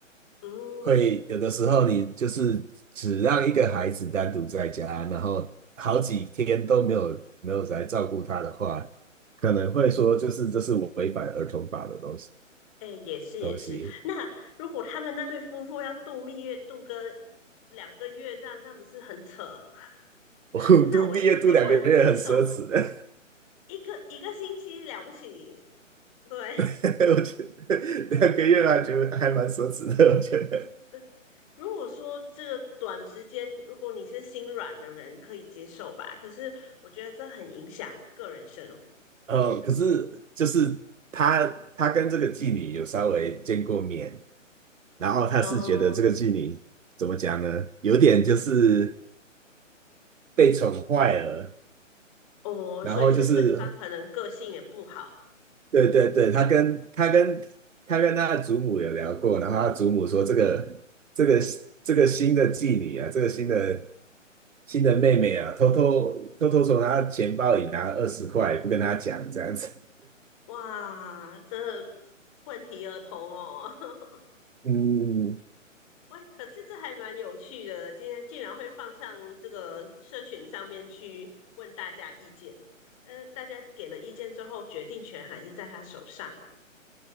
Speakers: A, on the left; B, on the right.
A: 嗯，
B: 会有的时候你就是只让一个孩子单独在家，然后好几天都没有没有来照顾他的话，可能会说就是这是违反儿童法的东西。
A: 哎，也是也是。
B: 东西。
A: 那如果他们那对夫妇要度蜜月，度个两个月这样，那不是很扯？
B: <laughs>
A: <laughs>
B: 我读毕业读两个月很奢侈的，
A: 那我绝对不能接受。一个一个星期了不起，对
B: <laughs> 我觉得两个月还觉得还蛮奢侈的，我觉得。
A: <laughs> 对。如果说这个短时间，如果你是心软的人，可以接受吧。可是我觉得这很影响个人生活，
B: <laughs> 哦，可是就是他他跟这个妓女有稍微见过面，然后他是觉得这个妓女怎么讲呢？
A: 哦
B: 有点就是被宠坏了，
A: 哦，
B: 然后就是
A: 所以是对方可能个性也不好，
B: 对对对，他跟他跟他跟他的祖母有聊过，然后他祖母说这个这个这个新的妓女啊，这个新的新的妹妹啊，偷偷偷偷从她钱包里拿二十块，不跟她讲这样子。
A: 哇，这问题儿童哦。<laughs>
B: 嗯，
A: 喂，可是这还蛮有趣的，今天竟然会放上这个社群上面去问大家意见。呃，大家给了意见之后，决定权还是在他手上吧。